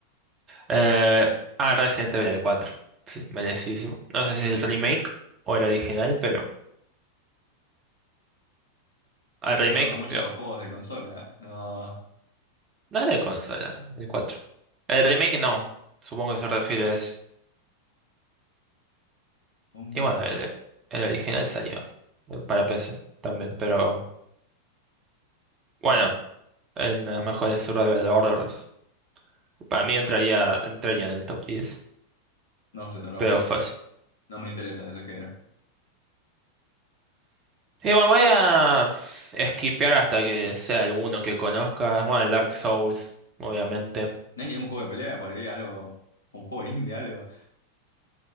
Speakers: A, on the right; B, on the left.
A: Eh, ah, Resident Evil 4, sí, merecidísimo. No sé si es el remake o el original, pero
B: Estoy
A: al remake,
B: notando muchos
A: lo-
B: juegos de consola, ¿eh? No,
A: no es de consola, el 4. El remake no, supongo que se refiere es,
B: mm,
A: y bueno, el, el original salió eh, para PC también, pero bueno, en los mejores survival horrors, para mí entraría, entraría en el top 10,
B: no sé, no los
A: pero
B: juego,
A: fácil.
B: no me interesa ese género.
A: Y bueno, voy a skipear hasta que sea alguno que conozcas Bueno, el Dark Souls, obviamente.
B: No hay ningún juego de pelea por ahí, algo, un juego indie, algo.